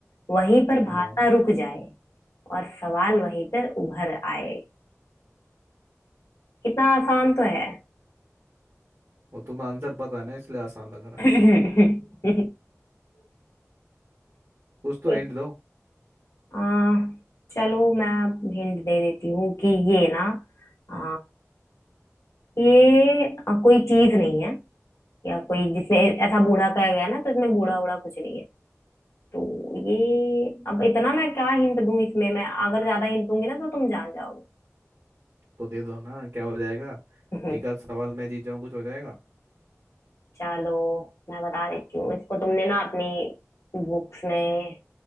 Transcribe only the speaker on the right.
हाँ
वो तुम्हें आंसर पता है ना इसलिए आसान लग रहा
है कुछ तो
एंड दो
तो दे दो ना क्या हो जाएगा
एक आध सवाल मैं जीत जाऊं कुछ हो जाएगा